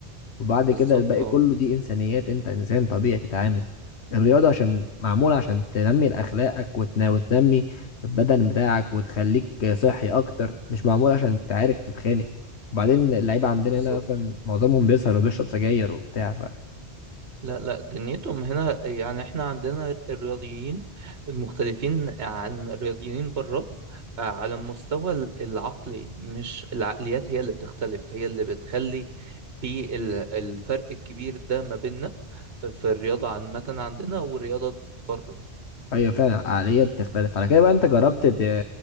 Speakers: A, on the left; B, on the right.
A: وبعد
B: بالظبط
A: كده الباقي
B: اه
A: كله دي انسانيات انت انسان طبيعي تتعامل الرياضة عشان معمولة عشان تنمي اخلاقك وتنا وتنمي البدن بتاعك وتخليك صحي اكتر مش معمولة عشان تعارك وتتخانق وبعدين اللعيبة عندنا
B: بالظبط
A: هنا اصلا معظمهم بيسهر وبيشرب سجاير وبتاع ف
B: لا لا دنيتهم هنا يعني احنا عندنا الرياضيين المختلفين عن الرياضيين بره آه، على المستوى ال- العقلي مش العقليات هي اللي بتختلف هي اللي بتخلي في ال- الفرق الكبير ده ما بيننا في الرياضة عامة عندنا والرياضة بره
A: ايوه فعلا العقلية دي تختلف على كده بقى انت جربت ت...